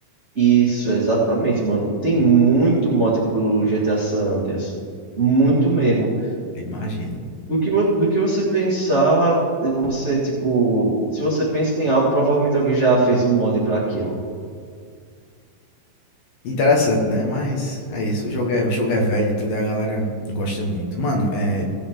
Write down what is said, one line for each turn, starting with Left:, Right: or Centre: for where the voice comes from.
Right: isso, exatamente, mano. Tem muito mod pro GTA San Andreas. Muito mesmo.
Left: eu imagino.
Right: Do que, vo- do que você pensar, você, tipo, se você pensa em algo, provavelmente alguém já fez um mod pra aquilo.
Left: Interessante, né? Mas é isso, o jogo é, o jogo é velho e tudo, e a galera gosta muito. Mano, é,